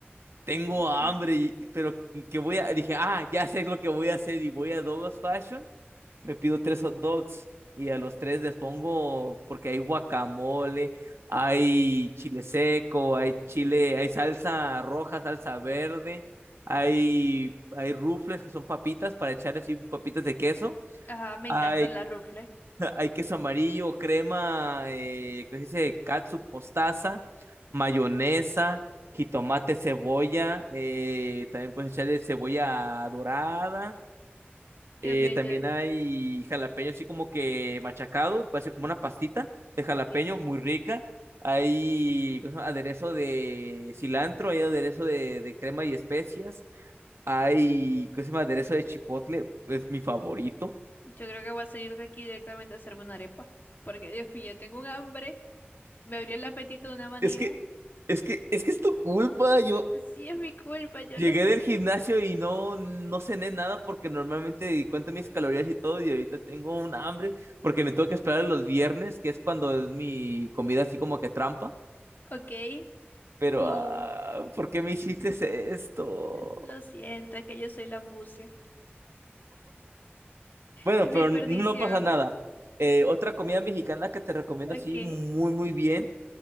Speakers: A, on the right; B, on the left.
A: tengo
B: Sí,
A: hambre, y- pero que voy a, dije, ah, ya sé lo que voy a hacer y voy a Douglas Fashion me pido tres hot dogs y a los tres les pongo, porque hay guacamole, hay chile seco, hay
B: ok.
A: chile, hay salsa roja, salsa verde, hay, hay rufles que son papitas para echar así papitas de queso,
B: Ajá, me
A: hay,
B: encantan las rufles.
A: <laughs> hay queso amarillo, crema, eh, ¿cómo se dice? Catsup, mostaza, mayonesa. Jitomate, cebolla, eh, también puedes echarle cebolla dorada,
B: Dios
A: eh,
B: mío,
A: también
B: yo,
A: hay jalapeño así como que machacado, parece como una pastita de jalapeño
B: Ok.
A: muy rica. Hay ¿cómo se llama? aderezo de cilantro, hay aderezo de, de crema y especias. Hay, ¿cómo se llama? Aderezo de chipotle, es mi favorito.
B: yo creo que voy a salir de aquí directamente a hacerme una arepa. Porque, Dios mío, tengo un hambre. Me abrió el apetito de una manera.
A: Es que, es que, es que es tu culpa. Yo,
B: Sí, es mi culpa, yo
A: Llegué
B: lo sé.
A: del gimnasio y no, no cené nada porque normalmente cuento mis calorías y todo y ahorita tengo un hambre porque me tengo que esperar los viernes, que es cuando es mi comida así como que trampa.
B: Ok,
A: Pero,
B: Tú,
A: ah, ¿por qué me hiciste esto?
B: lo siento, es que yo soy la ambucia.
A: Bueno,
B: Es
A: pero
B: mi perdición.
A: no pasa nada. Eh, otra comida mexicana que te recomiendo
B: Ok,
A: así muy, muy bien.